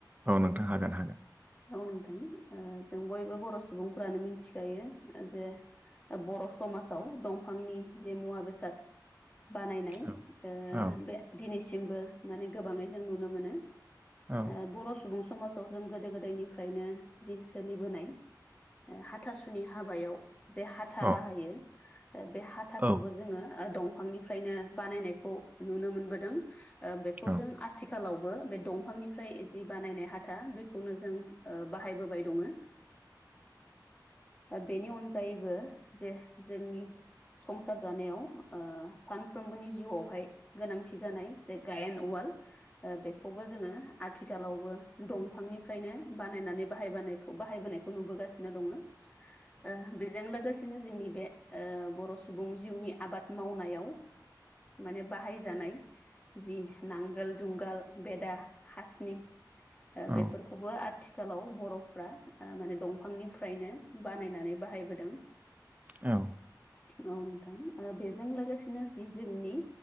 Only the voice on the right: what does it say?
औ नोंथां हागोन हागोन।
औ औ
औ
औ
औ
औ
औ
औ।